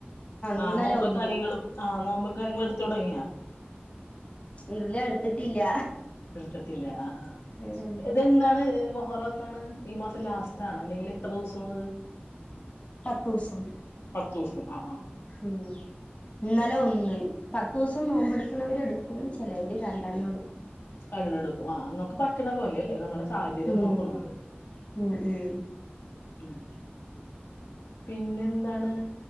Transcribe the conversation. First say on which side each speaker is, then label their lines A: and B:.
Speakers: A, on the left; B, on the left.
A: ഇന്നലെ
B: ആഹ് നോമ്പും
A: ഒന്ന്
B: കാര്യങ്ങളും ആഹ് നോമ്പും കാര്യങ്ങളും എട്ത്ത് തുടങ്ങിയോ?
A: ഇല്ല എടുത്തിട്ടില്ല
B: എടുത്തിട്ടില്ല ആഹ് ആഹ്
A: ഉം ഉം
B: ഇതെന്നാണ് മൊഹറം എന്നാണ്? ഈ മാസം ലാസ്റ്റാണാ, അല്ലെങ്കില് എത്ര ദിവസോണത്?
A: പത്തൂസം.
B: പത്തൂസം ആഹ് ആഹ്.
A: ഉം ഇന്നലെ ഒന്ന്. പത്തൂസം നോമ്പെടുക്കുന്നവര് എടുക്കും. ചെലവര് രണ്ടെണ്ണം എടുക്കും.
B: രണ്ടണ്ണടുക്കും. ആഹ് ആഹ് നിങ്ങക്ക് പറ്റുന്ന പോലെല്ലേ. നമ്മളെ സാഹചര്യം
A: ഉം
B: നോക്കണോല്ലൊ.
A: ഉം ഉം
B: ഉം പിന്നെന്താണ്?